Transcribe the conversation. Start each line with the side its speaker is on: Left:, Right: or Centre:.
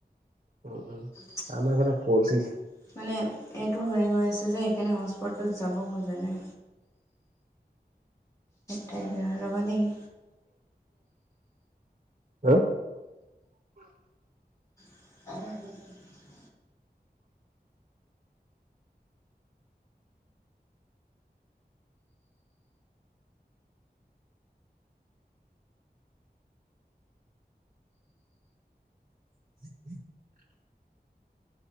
Right: উম উম
Left: <inaudible>
Right: আমাৰ ফালে ফৰ জি
Left: মানে এইটো হেৰি হৈ আছে যে। সেইকাৰণে হস্পটো যাব খোজা নাই। <unintelligible> ৰবা দেই।
Right: অহ। <inaudible>
Left: <unintelligible>
Right: <unintelligible>